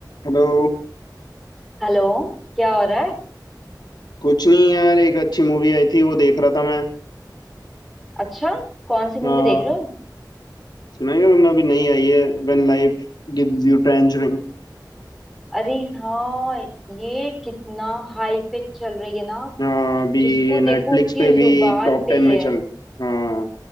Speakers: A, on the left; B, in the centre.
A: हेलो
B: Hello क्या हो रहा है
A: कुछ नहीं यार एक अच्छी मूवी आई थी वो देख रहा था मैं
B: अच्छा कौन सी
A: हाँ
B: मूवी देख रहे हो
A: सुना है तुमने अभी नई आई है when life gives you tangerine
B: अरे हाँ ये कितना हाई पे चल रही है ना
A: हाँ अभी
B: जिसको
A: नेटफ्लिक्स
B: देखो उसकी
A: पे भी
B: जुबान
A: टॉप
B: पे
A: टेन
B: ये
A: में चल
B: है
A: हाँ